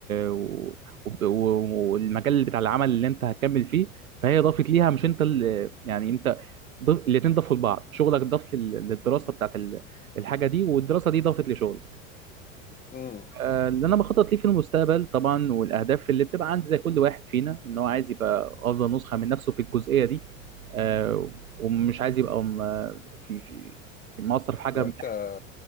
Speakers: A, on the right; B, on the left.
A: و... وب- و- والمجال بتاع العمل اللي أنت هتكمل فيه فهي ضافت ليها مش أنت اللي يعني أنت ضف... الاتنين ضافوا لبعض شغلك ضاف لل- للدراسة بتاعت ال- الحاجة دي والدراسة دي ضافت لشغلك
B: امم
A: آه، اللي أنا بخطط ليه في المستقبل طبعا والأهداف اللي بتبقى عند زي كل واحد فينا إن هو عايز يبقى أفضل نسخة من نفسه في الجزئية دي آه، ومش عايز يبقى م- في في مقصر في حاجة
B: يعني
A: من
B: انت
A: ناحية
B: يعني